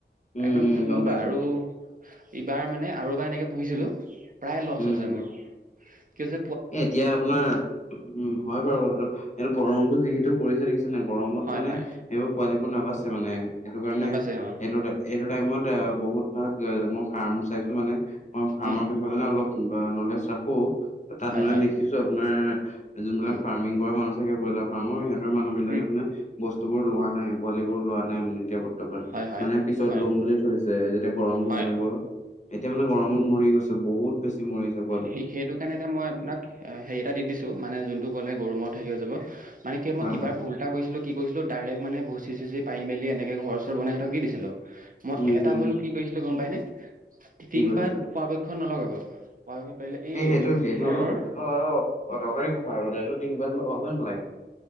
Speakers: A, on the left (about 40°); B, on the right (about 50°).
A: উম,
B: একদম
A: উম,
B: ঠুনুকা
A: গম পাইছোঁ।
B: আৰু। ইবাৰ মানে আৰু এবাৰ এনেকে পুহিছিলো প্ৰায় লচ
A: উম।
B: হৈছে মোৰ কি হৈছ
A: এ, এতিয়া আপোনাৰ উম হয় বাৰু কথাটো সটো গৰমটো যিহেতু পৰিছে দেখি গৰমত
B: হয়
A: মানে
B: হয়
A: সেইবোৰ পোৱালি বোৰ নাবাছে মানে সেইটো কাৰণে
B: নাবাছে অ
A: এইটো এইটো টাইমত আ বহুত ভাগ আ মই ফাৰ্ম চাইছো মানে মই ফাৰ্মৰ
B: উম
A: বিষ ধৰি লোৱা অলপ নলেজ ৰাখো, তাত
B: হয়
A: মানে
B: হয়
A: দেখিছো আপোনাৰ যোনবিলাক
B: উম
A: ফাৰ্ম ফমিংৰ কৰা মানুহ থাকে ব্ৰলাৰ ফাৰ্ম ঐ সিহঁতৰ মানুহবিলাকৰ
B: উম
A: মানে বস্তুবোৰ লোৱা নাই পোৱালিবোৰ লোৱা নাই মানে এতিয়া বৰ্ত বৰ্তমান
B: হয়, হয়,
A: মানে পিছত
B: হয়,
A: লম বুলি থৈ দিছে যেতিয়া গৰমটো
B: হয়,
A: কমিব এতিয়া মানে গৰমত মৰি গৈছে বহুত বেছি মৰি যাব
B: সে সেইটো কাৰণে এটা মই আপোনাক হেৰি এটা দি দিছো মানে যোনটো কলে গৰমত হৈ যাব। মানে কিয়
A: হয়
B: মই ইবাৰ
A: হয়
B: ভুল এটা কৰিছিলো কি কৰিছিলো ডাইৰেক্ট মানে ভুচি চুচি পাৰি মেলি এনেকে ঘৰ চৰ বনাই সিহঁতক দি দিছিলো। মই
A: উম
B: এটা
A: উম
B: ভুল কি কৰিছিলো গম পাই নে?
A: কি
B: টিংপাত
A: কৰিছিলা
B: পৰাপক্ষ নলগাব। পৰাপক্ষত পাৰিলে
A: এই সেইটো
B: যোনটো
A: কি সেইটো
B: খেৰৰ
A: সেইটোতো আৰু অদৰকাৰী কথা আৰু দে সেটো তিনপাত লগাবই নালাগে।